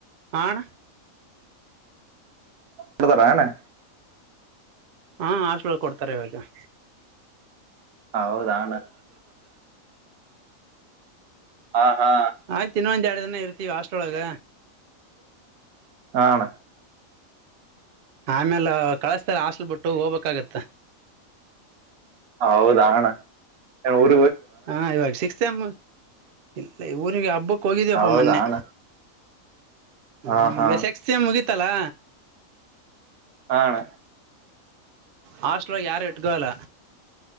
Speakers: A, on the right (about 65°); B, on the right (about 85°).
A: ಹಣ
B: ಕೊಡತರ ನ
A: ಹಾ ಹಾಸ್ಟೆಲ್ಕೊಡ್ತಾರೆ ಇವಾಗ
B: ಹ ಹೌದಣ ಹಾ ಹಾ
A: ಆಯ್ ಇನ್ನುಂದ ಇರ್ತವಿ ಹಾಸ್ಟೆಗ
B: ಹಾ ಅಣ್ಣ
A: ಆಮೇಲೆ ಕಳಸ್ತಾರೆ ಹಸ್ಲ್ ಬಿಟ್ಟು ಹೋಗ್ಬೇಕಾಗತ್ತ
B: ಹೌದಣ ಊ
A: ಹಾ ಇವಾಗ ಸಿಕ್ಸ್ ಟಮ್ ಇಲ್ಲ ಊರಿಗೆ ಹಬ್ಬಕ್ಕ ಹೋಗಿದೀಪ್ಪ
B: ಹೌದಾ
A: ಮೊನ್ನೆ
B: ಅಣ್ಣ
A: ಹ
B: ಹಾ
A: ಹ್ಮ್
B: ಹಾ
A: ಈ ಶೆಕ್ಸ್ಸ ಮುಗೀತಲ್ಲಾ
B: ಹಣ
A: ಹಾಸ್ಟ್ ಯಾರು ಎಟ್ಕಾಳಲ